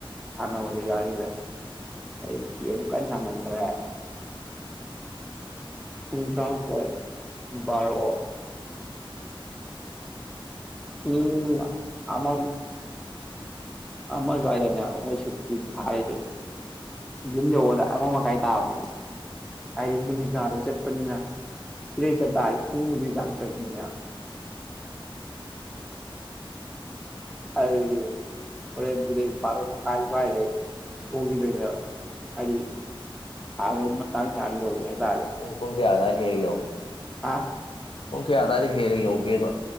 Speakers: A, in the centre; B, on the left (about 70°).
A: ꯁꯥꯟꯅꯕꯗ ꯌꯥꯅꯤꯗ ꯑꯩ ꯒꯦꯝ ꯀꯟ ꯁꯥꯟꯅ ꯈꯔꯦ ꯄꯨꯡ ꯇꯔꯥꯃꯊꯣꯢ ꯚꯔꯣ ꯎꯝ ꯑꯃ ꯑꯃꯁꯨꯏꯗꯅꯦꯈꯣꯏ ꯁꯤꯗꯗꯤ ꯍꯥꯏꯔꯁ ꯌꯨꯝ ꯌꯧꯕꯗ ꯑꯃ ꯃꯈꯥꯏ ꯇꯥꯕꯅꯦ ꯍꯥꯏꯗꯤ ꯈꯣꯢꯗꯤ ꯀꯔꯗ ꯆꯠꯄꯅꯤꯅ ꯁꯤꯗꯩ ꯆꯠꯄ ꯍꯥꯢꯁꯤ ꯄꯨꯡꯃꯨꯒꯤ ꯆꯥꯡ ꯆꯠꯄꯅꯤ ꯍꯥꯢꯕ <unintelligible> ꯍꯣꯔꯦꯟ ꯁꯤꯗꯩ ꯚꯥꯔꯣ ꯃꯈꯥꯢ ꯁ꯭ꯋꯥꯢꯗꯩ ꯄꯣꯒꯤꯗꯣꯢꯅꯦꯕ ꯍꯥꯏꯗꯤ ꯑꯥꯗ ꯃꯇꯥꯡ ꯆꯥꯅ ꯌꯧꯒꯦ ꯍꯥꯏꯇꯥꯔꯗꯤ
B: ꯄꯨꯡ ꯄꯨꯡ ꯀꯌꯥꯗ ꯍꯦꯍꯦꯛ ꯌꯧꯢ
A: ꯑ
B: ꯄꯨꯡ ꯀꯌꯥꯗ ꯍꯦꯍꯦꯛ ꯌꯧꯢ ꯀꯦꯕ